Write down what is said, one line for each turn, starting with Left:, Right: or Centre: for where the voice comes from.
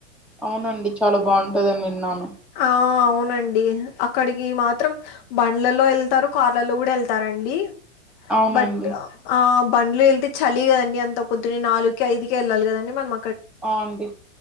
Centre: అవునండి చాలా బాగుంటందని విన్నాను
Left: ఆ అవును వునండి అక్కడికి మాత్రం బండ్లలో వెళ్తారు, కార్లలో కూడా వెళ్తారండి.
Centre: అవునండి
Left: బట్ ఆ బండ్లు వెళ్తే చలి కదండి అంత పొద్దునే నాలుగుకే, ఐదుకే వెళ్ళాలి కదండి మనమ్
Centre: ఆ అండి